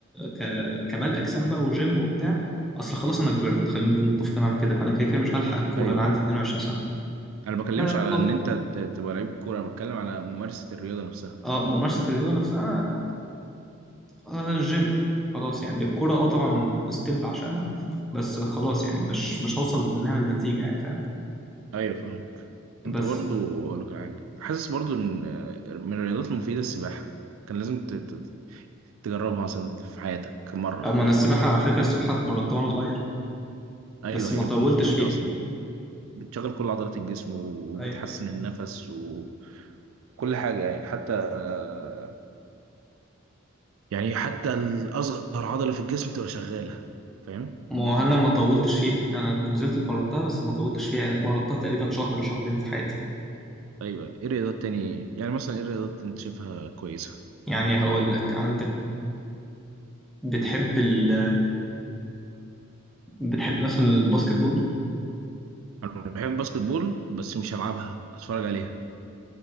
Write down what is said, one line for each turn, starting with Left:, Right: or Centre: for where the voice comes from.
Centre: ك... كمال اجسام بقى وجيم وبتاع اصل خلاص انا كبرت خلينا نكون متفقين على كده فانا كده كده مش هلحق الكوره
Right: ايوه
Centre: انا عندي
Right: ايوه
Centre: 22 سنه
Right: انا ما بكلمش
Centre: فطب...
Right: على ان انت ت- تبقى لعيب كوره انا بتكلم على ممارسه الرياضه نفسها
Centre: اه ممارسه الرياضه نفسها آه الجيم خلاص يعني الكوره اه طبعا ستيل بعشقها بس خلاص يعني مش مش هوصل منها لنتيجه يعني فاهم
Right: ايوه فاهمك انت
Centre: بس
Right: برضو اقول لك على حاجه حاسس برضو ان آه، من الرياضات المفيده السباحه كان لازم ت- ت- تجربها مثلا في حياتك مره
Centre: اما انا السباحه على فكره السباحه اتمرنتها وانا صغير
Right: ايوه
Centre: بس ما
Right: هي
Centre: طولتش
Right: مفيده
Centre: فيها
Right: اصلا بتشغل كل عضلات الجسم وبتحسن
Centre: أيوة.
Right: النفس وكل حاجه يعني حتى آه، يعني حتى الاصغر عضله في الجسم تبقى شغاله فاهم
Centre: ما هو انا ما طولتش فيها انا نزلت اتمرنتها بس ما طولتش فيها يعني اتمرنتها تقريبا شهر شهرين في حياتي
Right: ايوه ايه الرياضات تاني يعني مثلا ايه الرياضات انت شايفها كويسه
Centre: يعني هقول لك عندك بتحب ال بتحب مثلا الباسكت بول
Right: انا بحب الباسكت بول بس مش هلعبها اتفرج عليها